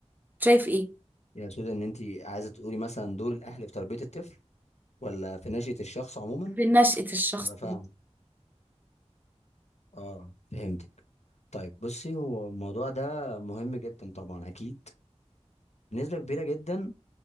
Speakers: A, on the right; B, on the left.
A: شايف ايه
B: يا سودا ان انت عايزه تقولي مثلا دور الاهل في تربيه الطفل ولا في نشأة الشخص عموما
A: في نشأة الشخص
B: عشان ابقى فاهم اه فهمتك طيب بصي هو الموضوع ده مهم جدا طبعا اكيد بنسبه كبيره جدا